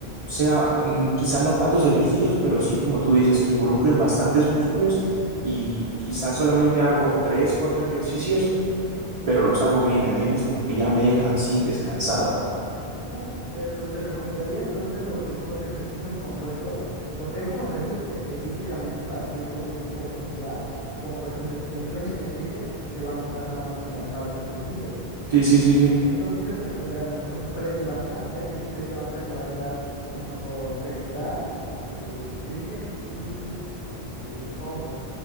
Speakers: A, on the right (about 50°); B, on the left (about 60°).
A: sea, mm, quizá no tantos ejercicios, pero sí como tú dices, que involucren bastantes músculos y quizá solamente hago tres, cuatro ejercicios pero los hago bien, ¿entiendes? Como que ya me dejan así descansado.
B: Uf, te- pues te recomendaría entonces lo que son los ejercicios compuestos, porque hay como ejercicios específicamente para cierto grupo muscular, como por ejemplo extensiones de tríceps, se va a enfocar nada más en las cabezas del tríceps.
A: Sí, sí, sí, sí.
B: Entonces yo te recomendaría a lo mejor un press de banca, ya que el press de banca te va a ayudar tanto con pectoral, eh, tríceps y eh, hombro.